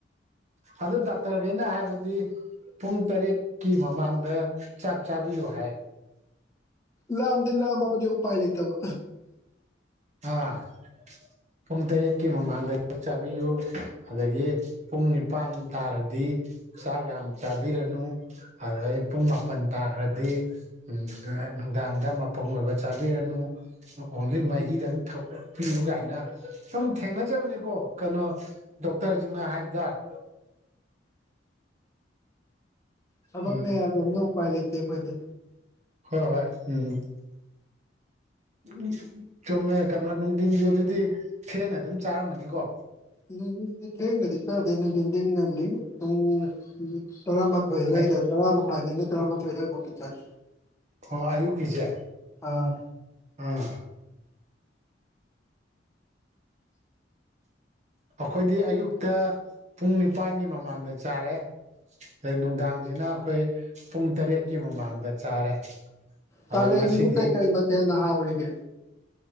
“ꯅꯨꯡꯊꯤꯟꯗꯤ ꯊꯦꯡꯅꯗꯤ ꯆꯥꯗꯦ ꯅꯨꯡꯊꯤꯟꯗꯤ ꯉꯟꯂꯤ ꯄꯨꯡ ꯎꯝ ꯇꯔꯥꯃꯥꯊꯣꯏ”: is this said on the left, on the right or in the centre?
Left